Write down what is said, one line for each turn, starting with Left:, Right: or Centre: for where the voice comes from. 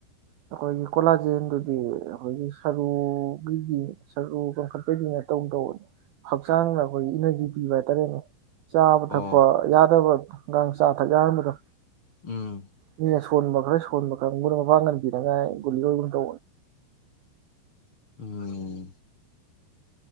Right: ꯑꯩꯈꯣꯏꯒꯤ ꯀꯣꯂꯥꯖꯦꯟꯗꯨꯗꯤ ꯑꯩꯈꯣꯏꯒꯤ ꯁꯔꯨꯒꯤꯗꯤ ꯁꯔꯨ ꯀꯪꯈꯠꯄꯒꯤꯅꯦ ꯇꯧ ꯇꯧ ꯍꯛꯆꯥꯡꯗ ꯑꯩꯈꯣꯏꯒꯤ ꯏꯅꯔꯖꯤ ꯄꯤꯕ ꯍꯥꯏꯇꯥꯔꯦꯅꯦ ꯆꯥꯕ
Left: ꯑꯣ
Right: ꯊꯛꯄ ꯌꯥꯗꯕ ꯑꯒꯥꯥꯡ ꯆꯥ ꯊꯛ ꯌꯥꯔꯝꯕꯗ
Left: ꯎꯝ
Right: ꯃꯤꯁꯨ ꯁꯣꯟꯕ ꯈꯔ ꯁꯣꯟꯕ ꯈꯔ ꯃꯣꯏꯅ ꯃꯄꯥꯡꯒꯟꯕꯤꯌꯨ ꯉꯥꯏ ꯨꯜꯂꯤꯒꯒ ꯇ
Left: ꯎꯝ